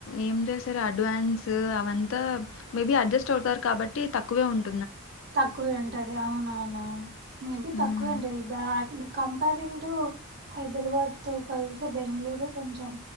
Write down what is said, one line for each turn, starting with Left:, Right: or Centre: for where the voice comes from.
Left: ఏం చేశారు అడ్వాన్స్ అవంతా మేబీ అడ్జస్ట్ అవుతారు కాబట్టి తక్కువే ఉంటుం
Right: తక్కువే ఉంటది అవున అవును మేబి
Left: హ్మ్.
Right: తక్కువె ఉంటది బ్యాడల కంపరింగ్ హైదరాబాద్ తో కలిసి బెంగళూరు కొంచం